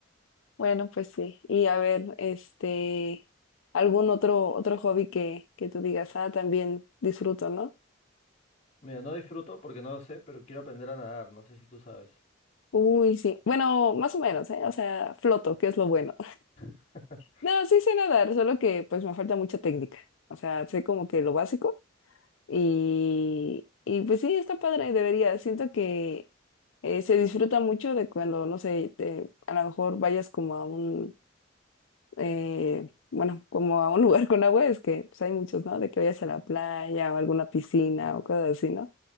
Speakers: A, on the left (about 70°); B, on the left (about 35°).
A: bueno, pues sí. Y a ver, este, algún otro, otro hobby que, que tú digas, ah, también disfruto, ¿no?
B: Mira, no disfruto porque no lo sé, pero quiero aprender a nadar, no sé si tú sabes.
A: Uy, sí. Bueno, más o menos, ¿eh? O sea, floto, que es lo bueno.
B: <laughs>
A: No, sí sé nadar, solo que pues me falta mucha técnica. O sea, sé como que lo básico y, y pues sí, está padre, debería. Siento que eh, se disfruta mucho de cuando, no sé, te- a lo mejor vayas como a un, eh, bueno, como a un lugar con agua, es que pues hay muchos, ¿no? De que vayas a la playa o alguna piscina o cosas así, ¿no?